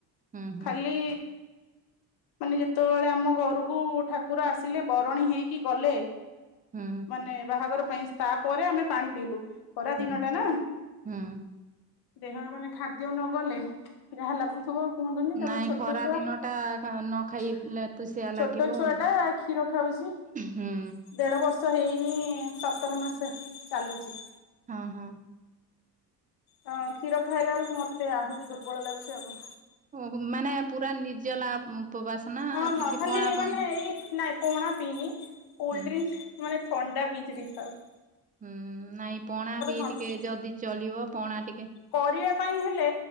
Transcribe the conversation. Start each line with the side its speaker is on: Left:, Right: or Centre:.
Right: ହୁଁ ହୁଁ।
Left: ଖାଲି ମାନେ ଯେତେବେଳେ ଆମ ଘରକୁ ଠାକୁର ଆସିଲେ ବରଣୀ ହେଇକି ଗଲେ
Right: ହୁଁ
Left: ମାନେ ବାହାଘର ପାଇଁ ତାପରେ ଆମେ ପାଣି ପିଇଲୁ। ଖରା
Right: ହୁଁ
Left: ଦିନ ଟା ନା
Right: ହୁଁ
Left: ଦେହ ମାନେ ଖାଦ୍ୟ ନ କଲେ ଯାହା ଲାଗୁ କୁହ କୁହନ୍ତୁନି ତାପରେ
Right: ନାଇଁ
Left: ଛୋଟ
Right: ଖରା
Left: ଛୁଆ
Right: ଦିନ ଟା ନ ଖାଇଲେ
Left: ଛୁଆ
Right: ତୃଷିଆ ଲାଗିବ
Left: ଛୋଟ
Right: ଆଉ
Left: ଛୁଆଟା କ୍ଷୀର ଖାଉଛି।
Right: ହୁଁ
Left: ଦେଢ ବର୍ଷ ହେଇନି ସତର ମାସ ଚାଲୁଛି।
Right: ହଁ ହଁ।
Left: ହଁ କ୍ଷୀର ଖାଇଲା ବେଳକୁ ମତେ ଆହୁଛି ଦୁର୍ବଳ ଲାଗୁଛି ଆଉ।
Right: ଓହ ମାନେ ପୁରା ନିଜ ଲାଭ ଉଁ ଉପବାସ ନା
Left: ହଁ ହଁ
Right: କିଛି
Left: ଖାଲି
Right: ପଣା ପଣି
Left: ମାନେ ଏଇ ନାଇଁ ପଣା ପିଇନି କୋଲଡ୍ରିଙ୍କସ୍‌
Right: ହୁଁ
Left: ମାନେ ଥଣ୍ଡା ପିଚି ଦି ଥର।
Right: ହୁଁ ନାଇଁ ପଣା ପି
Left: ଥଣ୍ଡା
Right: ଟିକେ ଯଦି ଚଳିବ ପଣା ଟିକେ
Left: କରିବା ପାଇଁ ହେଲେ